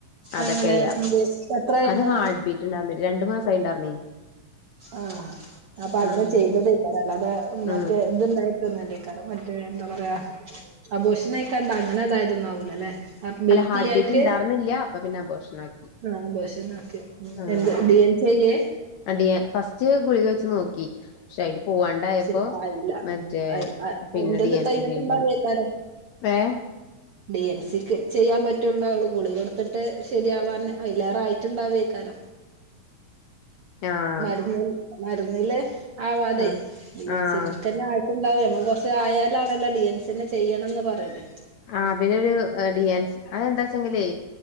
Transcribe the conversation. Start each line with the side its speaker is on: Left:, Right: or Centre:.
Left: അതൊക്കെ
Right: അങ്ങനെ
Left: അയ
Right: എന്ത് എത്രായിരുന്നു
Left: അത് ഹാർട്ട് ബീറ്റ് ഉണ്ടായിരിന്നില്ലരണ്ടു മാസയിണ്ടാർന്ന്
Right: ആഹ് അപ്പൊ അങ്ങനെ
Left: ആഹ്
Right: ചെയ്തതാക്കാറെ അല്ലാതെ മറ്റേ
Left: ഉം
Right: എതുണ്ടായി ക്കാ മറ്റേ എന്താ പറയാ അബോഷിനക്കാണ്ട അങ്ങനെ അതായതൊന്നാവൂല അല്ലെ ഹർബിറ്റിലയിട്ട്
Left: അല്ല ഹാർട്ട് ബീറ്റ് ഉണ്ടായിരുന്നില്ല അപ്പൊ പിന്നെ അബോഷനാക്കി
Right: ആഹ് അബോശനാക്ക്
Left: ആഹ്
Right: എന്ത് ഡി ചെയ്
Left: അടിയ ഫസ്റ്റ് ഗുളിക വെച്ച് നോ ക്കി പക്ഷെ അതില് പോവാണ്ടായപ്പോ
Right: ഐ ആയില്ല
Left: മറ്റേ
Right: ഉം. ആയി. അ-
Left: പിന്നെ
Right: അതിന്റെത്
Left: ഡിയൻസി
Right: കഴിഞ്ഞിട്ടുണ്ടാവേക്കാരം
Left: ചെയ്യേണ്ടി വന്നു ഏഹ്
Right: ഡി എൻ സിക്ക് ചെയ്യാൻ പ റ്റുണ്ടള്ളു ഗുളികൊടുത്തിട്ട് ശരിയാവാൻ അയിലേറെ ആയിട്ടുണ്ടാവേക്കാരം
Left: ആഹ്
Right: മരുന്ന് മരുന്നില് ആവാതെ
Left: ആഹ്
Right: ഡിയൻസി
Left: ആഹ്
Right: ക്കെ ആയി ഉണ്ടാവും നമ്മൾ കൊർച്ച് ആയാലാണല്ലോ ഡിഎൻസിനെ ചെയ്യണന്ന് പറയാണെ
Left: ആഹ് പിന്നൊരു ഡിയൻസി അതെന്താച്ചെങ്കിലേ